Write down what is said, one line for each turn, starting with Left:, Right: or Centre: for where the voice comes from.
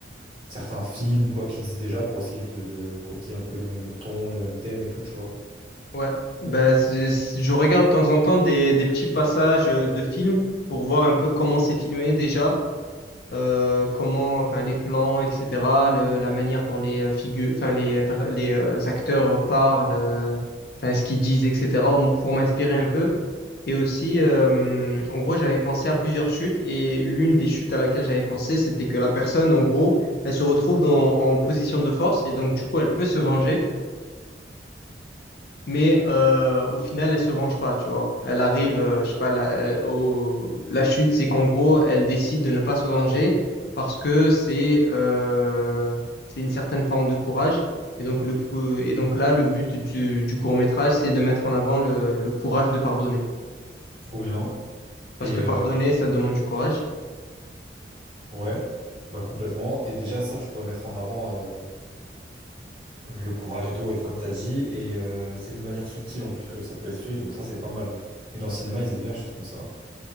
Right: certains films ou quoi qui existent déjà pour essayer de, de copier un peu le même ton, le même thème et tout, tu vois.
Left: Ouais. Bah c'est- c'est- je regarde de temps en temps des, des petits passages euh, de films pour voir un peu comment c'est filmé déjà euh, comment, enfin, les plans, etc., le- la manière dont les figures, enfin, les, par- les euh, acteurs parlent, euh, enfin, ce qu'ils disent, etc., ou- pour m'inspirer un peu. Et aussi, euh, en gros, j'avais pensé à plusieurs chutes et l'une des chutes à laquelle j'avais pensé, c'était que la personne, en gros, elle se retrouve dans, en position de force et donc, du coup, elle peut se venger mais euh, au final, elle se venge pas, tu vois. Elle arrive, euh, je sais pas, la, elle- au- la chute, c'est qu'en gros, elle décide de ne pas se venger parce que c'est euh, c'est une certaine forme de courage. Et donc, le, pou- et donc là, le but du, du court-métrage, c'est de mettre en avant le, le courage de pardonner.
Right: Trop bien.
Left: Parce
Right: Et
Left: que
Right: euh,
Left: pardonner, ça demande du courage.
Right: Ouais, bah complètement. Et déjà, ça, tu pourrais mettre en avant euh, le courage et tout, et comme t'as dit. Et euh, c'est de manière subtile en plus que ça peut être fait, donc ça, c'est pas mal. Et dans le cinéma, ils aiment bien les choses comme ça.